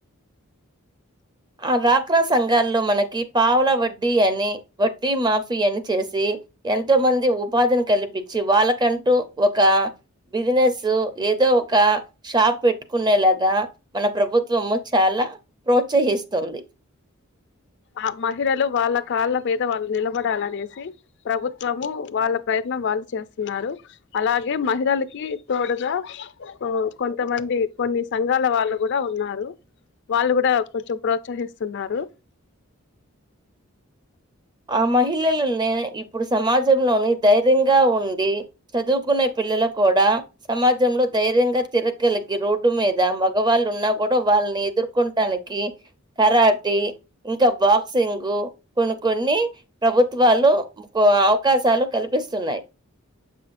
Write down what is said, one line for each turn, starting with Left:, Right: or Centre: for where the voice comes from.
Right: ఆ డ్వాక్రా సంఘాల్లో మనకి పావుల వడ్డీ అని వడ్డీ మాఫీ అని చేసి ఎంతోమంది ఉపాధిని కల్పించి వాళ్ళకంటూ ఒక బిజినెస్ ఏదో ఒక షాప్ పెట్టుకునేలాగా మన ప్రభుత్వము చాలా ప్రోత్సహిస్తుంది స్తుంది
Left: ఆ మహిళలు వాళ్ళ కాళ్ళ మీద వాళ్ళు నిలబడాలనేసి ప్రభుత్వము వాళ్ళ ప్రయత్నం వాళ్ళు చేస్తున్నారు అలాగే మహిళలకి తోడుగా కొంతమంది కొన్ని సంఘాల వాళ్ళు కూడా ఉన్నారు వాళ్ళు కూడా కొంచెం ప్రోత్సహిస్తున్నారు
Right: ఆ మహిళలనే ఇప్పుడు సమాజంలోని ధైర్యంగా ఉండి చదువుకునే పిల్లలు కూడా సమాజంలో ధైర్యంగా తిరగగలిగి రోడ్డు మీద మగవాళ్ళున్నా కూడా వాళ్ళని ఎదుర్కొటానికి కి కరాఠీ ఇంకా బాక్సింగ్ కొన్ని కొన్ని ప్రభుత్వాలు అవకాశాలు కల్పిస్తున్నాయి